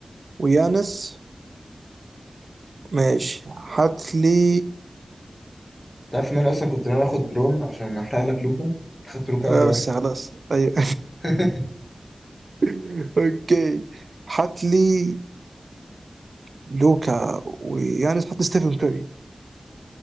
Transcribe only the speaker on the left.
تعرف ان انا اصلا كنت ناوي اخد برون عشان احرق لك لوكا خدت لوكا
اول واحد
<laughs>